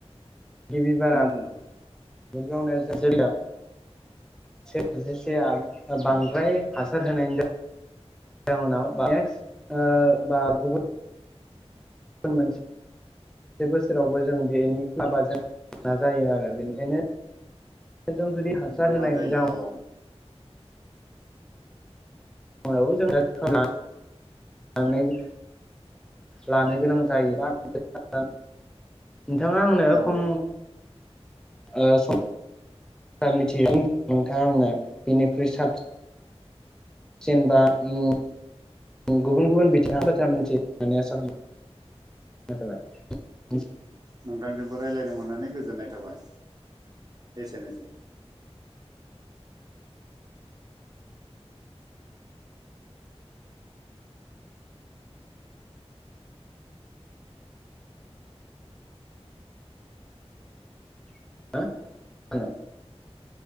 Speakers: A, in the centre; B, on the right.
A: गिबि बारा
B: उम
A: <unintelligible> मोनसे <unintelligible> बांद्राय हासार होनायनि जा जाउनाव <unintelligible> ओ बा गुबुन गुबुन मोनसे से बोसोरावबो जों बेनि क्लाबा जों नाजायो आरो बेनिखायनो जों जुदि हासार
B: मोना
A: होनायनि
B: जायो
A: जाउ
B: औ
A: नाव <unintelligible> लानो गोनां जायोबा <unintelligible> नोंथाङा आंनो
B: औ
A: खम ओ सम मिथियो नोंथाङा आंनो बिनिख्रुइ साबसिन जेनबा उम गुबुन गुबुन बिथिंनि बाथ्रा मिथियो होन्नानै आसा खालाम <unintelligible>
B: नोंथांजोंबो रायज्लायनो मोननानै गोजोननाय थाबाय। एसेनोसै।
A: <unintelligible>